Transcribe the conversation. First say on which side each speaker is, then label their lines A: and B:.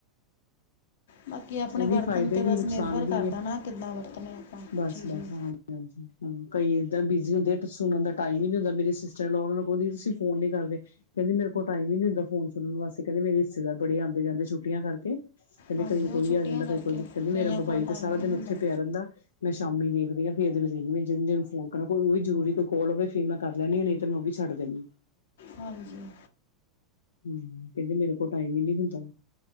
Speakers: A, on the left; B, on the left.
A: ਬਾਕੀ ਆਪਣੇ
B: ਉਹੀ
A: ਵਰਤਨ
B: ਫਾਇਦੇ
A: ਤੇ
B: ਵੀ
A: ਬਸ
B: ਨੁਕਸਾਨ
A: ਨਿਰਭਰ
B: ਵੀ
A: ਕਰਦਾ
B: ਹੈ
A: ਨਾ ਕਿੱਦਾਂ ਵਰਤਨੇ ਆਪਾਂ
B: ਬਸ-ਬਸ,
A: ਚੀਜ਼ ਨੂੰ
B: ਹਾਂਜੀ-ਹਾਂਜੀ ਕਈ ਏਦਾਂ ਬਿਜੀ ਹੁੰਦੇ। ਸੁਣ ਦਾ ਟਾਈਮ ਈ ਨੀ ਹੁੰਦਾ ਮੇਰੇ ਸਿਸਟਰਲੋ ਓਨੂੰ ਕਹਿੰਦੀ ਤੁਸੀ ਫੋਨ ਨੀ ਕਰਦੇ ਕਹਿੰਦੇ ਮੇਰੇ ਕੋਲ ਟਾਈਮ ਈ ਨੀ ਹੁੰਦਾ। ਫੋਨ ਸੁਣਨ ਵਾਸਤੇ ਕਹਿੰਦੇੇ ਮੇਰੇ ਰਿਸ਼ਤੇਦਾਰ ਬੜੇ ਆਦੇ ਜਾਂਦੇ ਛੁੱਟੀਆ ਕਰਕੇ ਕਹਿੰਦੇ
A: ਹਾਂਜੀ
B: ਕਈ ਕੋਈ
A: ਉਹ ਛੁੱਟੀਆਂ
B: ਆ ਜਾਂਦਾ
A: ਕਰਕੇ
B: ਕਦੇ ਕਈ ਕਹਿੰਦੇ ਮੇਰਾ
A: ਕਈਆਂ
B: ਮੋਬਾਇਲ
A: ਕੋਲ
B: ਤੇ
A: ਟਾਈਮ
B: ਸਾਰਾ
A: ਨਹੀਂ
B: ਦਿਨ
A: ਹੁੰਦਾ
B: ਉੱਥੇ ਪਿਆ ਰਹਿੰਦਾ। ਮੈਂ ਸ਼ਾਮੀ ਦੇਖਦੀ ਹਾਂ ਫੇਰ ਜਦੋਂ ਵੇਹਲ ਮਿਲ ਜਾਂਦੀ ਹੈ। ਜਦੋਂ ਫੋਨ ਕਰਾ ਕੋਈ ਓ ਵੀ ਜ਼ਰੂਰ ਕੌਲ ਹੋਵੇ ਫਿਰ ਮੈਂ ਕਰ ਲੈੈਣੀ ਆ ਨਈ ਤਾਂ ਮੈਂ ਓ ਵੀ ਛੱਡ ਦਿੰਨੀ ਆ।
A: ਹਾਂਜੀ।
B: ਹੂੰ, ਕਹਿੰਦੀ ਮੇਰੇ ਕੋਲ ਟਾਈਮ ਈ ਨੀ ਹੁੰਦਾ।